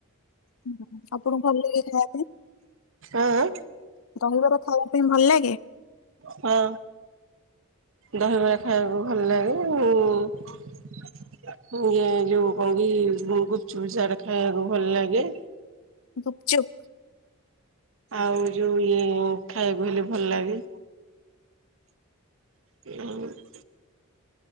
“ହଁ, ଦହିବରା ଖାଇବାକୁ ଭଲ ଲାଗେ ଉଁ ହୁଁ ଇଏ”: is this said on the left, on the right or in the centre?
Right